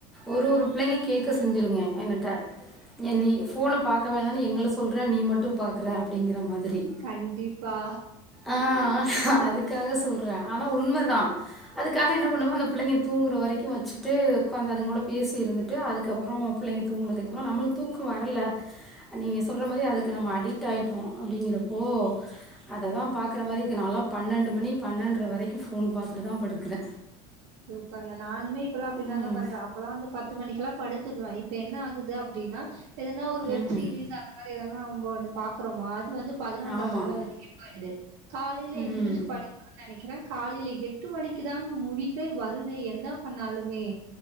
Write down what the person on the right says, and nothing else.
கண்டிப்பா
சூப்பருங்க நானுமே இப்பெல்லா அப்டிதாங்க
பண்றே அப்பல்லா வந்து பத்து மணிக்கெல்லா படுத்துடுவே இப்ப என்ன ஆகுது அப்டின்னா எதனா ஒரு வெப்
சீரிஸ் அந்த மாரி எதானா வந்து அங்க பாக்குறோமா அது வந்து பதினொன்ற
மேல வரைக்கி போய்டுது காலையில
எந்திரிச்சு படிக் க்கனு நெனைக்கிறே காலையில எட்டு மணிக்குதாங்க முழிப்பே வருது என்னா பண்ணாலுமே